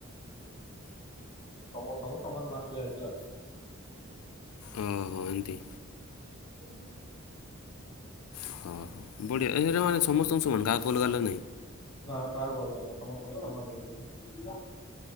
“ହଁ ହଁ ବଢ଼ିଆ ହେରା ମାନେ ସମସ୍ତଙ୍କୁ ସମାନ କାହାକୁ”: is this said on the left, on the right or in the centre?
Left